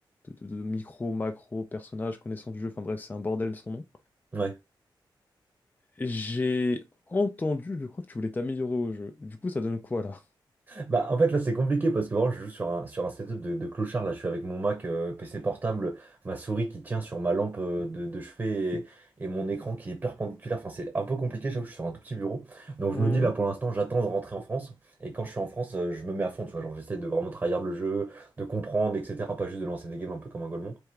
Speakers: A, on the left (about 20°); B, on the right (about 25°).
A: de, de, de micro, macro, personnages, connaissance du jeu, enfin bref, c'est un bordel sans nom.
B: Ouais.
A: J'ai entendu, je crois que tu voulais t'améliorer au jeu. Du coup, ça donne quoi là?
B: Bah, en fait, là, c'est compliqué parce que vraiment, je joue sur un, sur un setup de, de clochard. Là, je suis avec mon Mac, euh, PC portable, ma souris qui tient sur ma lampe euh, de, de chevet et, et mon écran qui est perpendiculaire. Enfin, c'est un peu compliqué. J'avoue, je suis sur un tout petit bureau. Donc,
A: Hmm.
B: je me dis, là, pour l'instant, j'attends de rentrer en France. Et quand je suis en France, euh, je me mets à fond, tu vois. Genre, j'essaie de vraiment trahir le jeu, de comprendre, etc. Pas juste de lancer des games un peu comme un golemon.